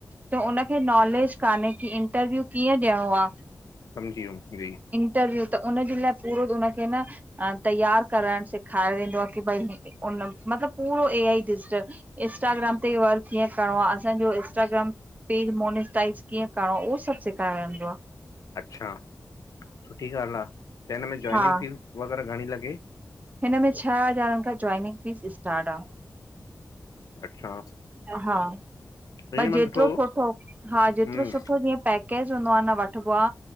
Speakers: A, on the right; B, on the left.
A: त उनखे नॉलेज कान्हे की इंटरव्यू कीअं ॾियणो आ
B: समझी वयुम, जी।
A: इनटरव्यू, त उनजे लाइ पूरो उनखे न अं तैयार करण सेखारिंदों आ की भाई, उन, मतलब पूरो ए आ ई डिजटल इसटाग्राम ते वर्क कीअं करणो आ असांजो इस इंटाग्राम पेज मोनीजटाइज कीअं करणो आ, उओ सभ सेखारिंदो आ।
B: अच्छा, सुठी ॻाल्ह आ, त हिन में जॉइनिंग
A: हा
B: फीस वग़ैरह, घणी लॻे?
A: हिन में छह हज़ारन खां जॉइनिंग फीस स्टार्ट आ।
B: अच्छा
A: हा,
B: ईअं
A: भाई
B: मां
A: जेतिरो
B: ॾिठो हो।
A: सुठो, हा
B: हम्म
A: जेतिरो सुठो जीअं पैक पेकेज हुंदो आ न वठबो आ